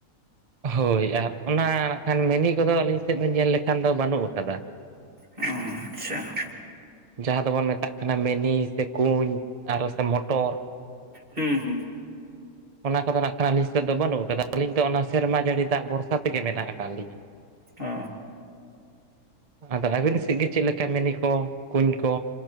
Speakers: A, on the right (about 65°); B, on the right (about 35°).
A: ᱦᱳᱭ ᱟᱨ ᱚᱱᱟ ᱠᱷᱟᱱ ᱢᱤᱱᱤ ᱠᱚᱫᱚ ᱟᱹᱞᱤᱧ ᱥᱮᱫ ᱫᱚ ᱧᱮᱞ ᱞᱮᱠᱷᱟᱱ ᱫᱚ ᱵᱟᱹᱱᱩᱜᱼᱟ ᱠᱟᱫᱟ
B: ᱚ ᱟᱪᱪᱷᱟ
A: ᱡᱟᱦᱟᱸ ᱫᱚᱵᱚᱱ ᱢᱮᱛᱟᱜ ᱠᱟᱱᱟ ᱢᱮᱱᱤ ᱥᱮ ᱠᱩᱧ ᱟᱨᱚ ᱥᱮ ᱢᱚᱴᱚᱨ ᱾
B: ᱦᱩᱸ ᱦᱩᱸ
A: <inaudible> ᱚᱱᱟ ᱠᱚᱫᱚ ᱱᱟᱜ ᱠᱷᱟᱱ ᱟᱹᱞᱤᱤᱥᱮᱫ ᱫᱚ ᱵᱟᱹᱱᱩᱜ ᱟᱠᱟᱫᱟ ᱟᱹᱞᱤᱧ ᱫᱚ ᱚᱱᱟ ᱥᱮᱨᱢᱟ ᱡᱟᱹᱲᱤ ᱫᱟᱜ ᱵᱷᱚᱨᱥᱟ ᱛᱮᱜᱮ ᱢᱮᱱᱟᱜ ᱟᱠᱟᱫ ᱞᱤᱧᱟᱹ ᱾
B: ᱚ
A: ᱟᱫᱚ ᱟᱹᱵᱤᱱ ᱥᱮᱫ ᱜᱮ ᱪᱮᱫ ᱞᱮᱠᱟ ᱢᱤᱱᱤ ᱠᱚ ᱠᱩᱧ ᱠᱚ?